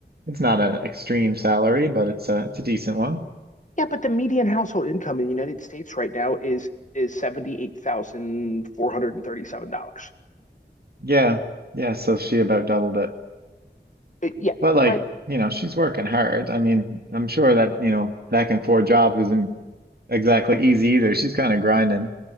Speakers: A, on the right (about 60°); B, on the left (about 40°).
A: it's not an extreme salary, but it's a it's a decent one.
B: yeah, but the median household income in the United States right now is is $78,437.
A: Yeah. Yeah, so she about doubled it.
B: yeah,
A: But like,
B: right.
A: you know, she's working hard. I mean, I'm sure that, you know, back and forth jobs isn't exactly easy either. She's kind of grinding.